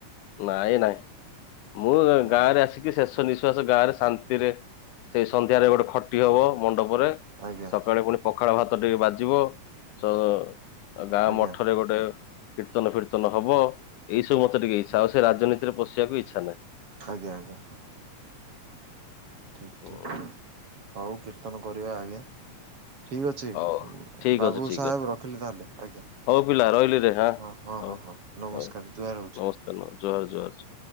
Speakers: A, on the left; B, on the right.
A: ନାଇଁ, ନାଇଁ ମୁଁ
B: ଆଜ୍ଞା
A: ଗାଁରେ ଆସିି କି ଶେଷ ନିଶ୍ୱାସ ଗାଁରେ ଶାନ୍ତିରେ ସେଇ ସନ୍ଧ୍ୟାରେ ଗୋଟେ ଖଟି ହବ ମଣ୍ଡପରେ।
B: ଆଜ୍ଞା
A: ସକାଳେ ପୁଣି ପଖାଳ ଭାତ ଟିକେ ବାଜିବ। ସ ଆ, ଗାଁ
B: ଆଜ୍ଞା
A: ମଠରେ ଗୋଟେ କୀର୍ତ୍ତନ ଫିର୍ତ୍ତନ ହବ। ଏଇସବୁ ମୋତେ ଟିକେ ଇଚ୍ଛା। ଆଉ ସେ ରାଜନୀତିରେ ପଶିବାକୁ ଇଚ୍ଛା ନାହିଁ।
B: ଆଜ୍ଞା, ଆଜ୍ଞା ଠିକ୍, ଠିକ୍,
A: ନାହିଁ।
B: ଠିକ୍। ହଉ କୀର୍ତ୍ତନ କରିବା ଆଜ୍ଞା। ଠିକ ଅଛି
A: ହଉ ଠିକ୍
B: ବାବୁ
A: ଅଛି ଠିକ୍
B: ସାହେବ
A: ଅଛି
B: ରଖିଲି ତାହେଲେ ଆଜ୍ଞା।
A: ହଉ ପିଲା ରହିଲିରେ ହାଁ।
B: ହଁ, ହଁ,
A: ହଉ
B: ହଁ, ହଁ ନମସ୍କାର।
A: ହଉ
B: ଜୁହାର ହଉଛି।
A: <unintelligible> ଜୁହାର ଜୁହାର।